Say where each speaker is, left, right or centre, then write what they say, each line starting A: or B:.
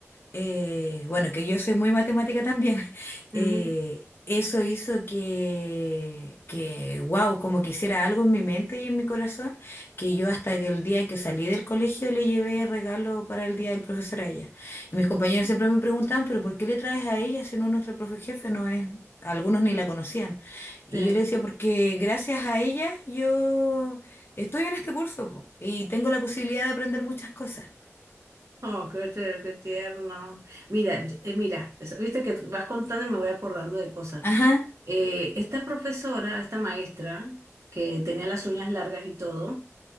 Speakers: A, on the left (about 45°); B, on the right (about 65°).
A: eh, bueno, que yo soy muy matemática también, <laughs>
B: Ujú.
A: eh, eso hizo que, que, wow, como que hiciera algo en mi mente y en mi corazón, que yo hasta que el día que salí del colegio le llevé regalo para el día del profesor a ella. Y mis compañeros siempre me preguntaban, pero ¿por qué le traes a ella si no es nuestra profe jefe? No es, algunos ni la conocían. Y
B: Sí.
A: yo le decía, porque gracias a ella yo estoy en este curso, po, y tengo la posibilidad de aprender muchas cosas.
B: Oh, qué, te- qué tierno. Mira, yo- eh, mira, es- viste que vas contando y me voy acordando de cosas.
A: Ajá,
B: Eh, esta profesora, esta maestra, que tenía las uñas largas y todo.